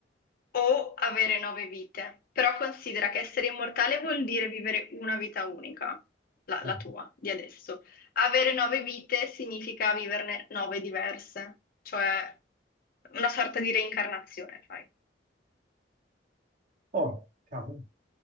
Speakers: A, on the left; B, on the right.
A: o avere nove vite. Però considera che essere immortale vuol dire vivere una vita unica, la,
B: Eh.
A: la tua, di adesso. Avere nove vite significa viverne nove diverse, cioè una sorta di reincarnazione, fai.
B: Oh, cavolo.